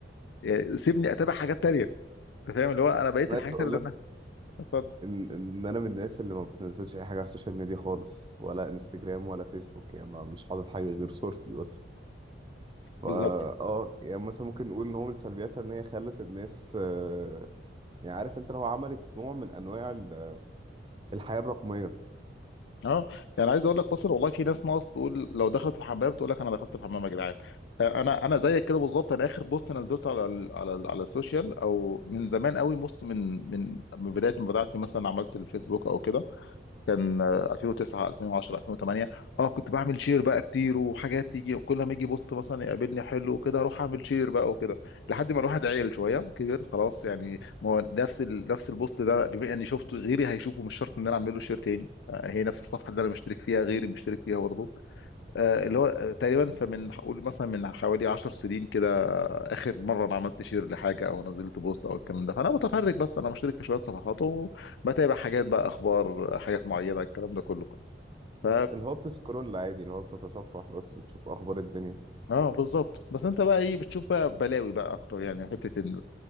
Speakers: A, on the left; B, on the right.
A: يعني سيبني اتابع حاجات تانية انت فاهم اللي هو انا بقيت
B: أنا
A: الحاجات
B: عايز أقول
A: اللي
B: لك
A: انا اتفضل.
B: ان ان انا من الناس اللي ما بتنزلش اي حاجه على السوشيال ميديا خالص ولا انستجرام ولا فيسبوك يعني ما- مش حاطط حاجه غير صورتي بس فا
A: بالظبط
B: اه يعني مثلا ممكن نقول ان هو من سلبياتها ان هي خلت الناس آه، يعني عارف انت لو عملت نوع من انواع ال- الحياه الرقميه
A: اه يعني عايز اقول لك مثلا والله في ناس ناقص تقول لو دخلت الحمام تقول لك انا دخلت الحمام يا جدعان آه، انا انا زيك كده بالظبط انا اخر بوست نزلته على ال على ال على السوشيال او من زمان قوي بص من من من بدايه ما بدات مثلا عملت الفيسبوك او كده كان آه، 2009 2010 2008 اه كنت بعمل شير بقى كتير وحاجات تيجي كل ما يجي بوست مثلا يقابلني حلو وكده اروح اعمل شير بقى وكده لحد ما الواحد عيل شويه كبر خلاص يعني ما هو نفس ال... نفس البوست ده بما اني شفته غيري هيشوفه مش شرط ان انا اعمل له شير تاني آه، هي نفس الصفحه اللي انا مشترك فيها غيري مشترك فيها برضه آه، اللي هو آه، تقريبا فمن هقول مثلا من حوالي 10 سنين كده اخر مره انا عملت شير لحاجه او نزلت بوست او الكلام ده فانا متفرج بس انا مشترك في شويه صفحات وبتابع حاجات بقى اخبار حاجات معينه الكلام ده كله ف
B: اللي هو بتسكرول عادي اللي هو بتتصفح بس بتشوف اخبار الدنيا
A: اه بالظبط بس انت بقى ايه بتشوف بقى بلاوي بقى اكتر يعني حته ال...